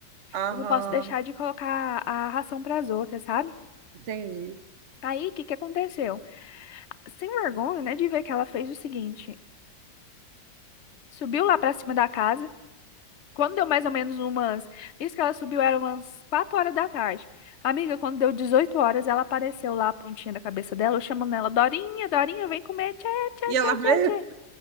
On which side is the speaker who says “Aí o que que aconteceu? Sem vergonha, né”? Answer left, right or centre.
Left